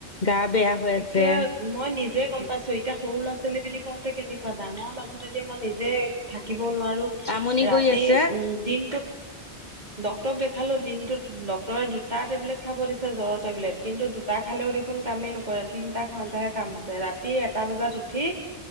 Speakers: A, on the left (about 45°); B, on the right (about 40°).
A: গা বেয়া হৈ
B: একে
A: আছে।
B: মই নিজে গম পাইছোঁ, এতিয়া সৰু ল'ৰা ছোৱালী বুলি কওঁতে কেনেকুৱা ডাঙৰ মানুহজনীয়ে মই নিজে যে থাকিব নোৱাৰো
A: আমনি
B: ৰাতি
A: কৰি আছে
B: উ'ম দিনটোত ডক্টৰক দেখালো দিনটোত ডক্টৰে দুটা টেবলেট খাব দিছে জ্বৰৰ টেবলেট কিন্তু দুটা খালেও দেখোন কামেই নকৰে, তিনিটা খাওঁতেহে কাম হৈছে ৰা ৰাতি এটা বজাত উঠি